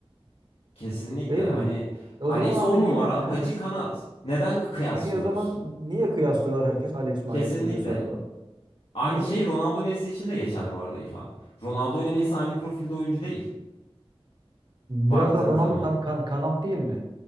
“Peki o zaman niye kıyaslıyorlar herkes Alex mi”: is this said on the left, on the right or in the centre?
Right